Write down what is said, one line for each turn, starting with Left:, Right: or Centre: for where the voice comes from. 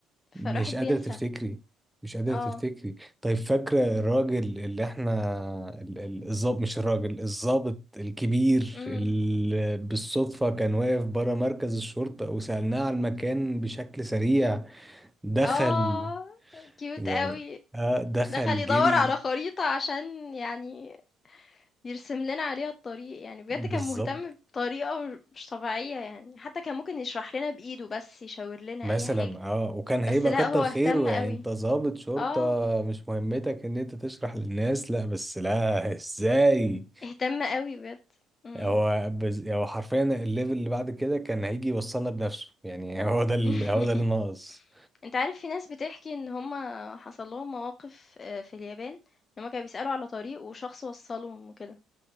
Left: فالواحد
Centre: مش
Left: بينسى.
Centre: قادرة تفتكري مش قادرة
Left: آه،
Centre: تفتكري طيب فاكرة الراجل اللي احنا ال- ال- الظابط مش الراجل الظابط الكبير
Left: إمم.
Centre: اللي بالصدفة كان واقف برا مركز الشرطة وسألناه على المكان بشكل سريع دخل
Left: آه، cute
Centre: يعني
Left: أوي.
Centre: اه دخل
Left: دخل يدوّر
Centre: جري
Left: على خريطة عشان يعني يرسم لنا عليها الطريق، يعني بجد
Centre: بالظبط
Left: كان مهتم بطريقة مش طبيعية يعني، حتى كان ممكن يشرح لنا بإيده بس، يشاور لنا
Centre: مثلا
Left: أي حاجة،
Centre: اه وكان هيبقى
Left: بس لأ،
Centre: كتر
Left: هو اهتم
Centre: خيره
Left: أوي.
Centre: يعني انت ظابط شرطة
Left: آه،
Centre: مش مهمتك ان انت تشرح للناس لا بس لا ازاي
Left: اهتم أوي بجد. إمم.
Centre: هو بز... هو حرفيا الليفل اللي بعد كده كان هيجي يوصلنا بنفسه يعني <laughs> هو ده ال...
Left: <laughs>
Centre: هو ده اللي ناقص
Left: أنت عارف في ناس بتحكي إن هُم حصل لهم مواقف آآ في اليابان، إن هُم كانوا بيسألوا على طريق وشخص وصّلهم وكده،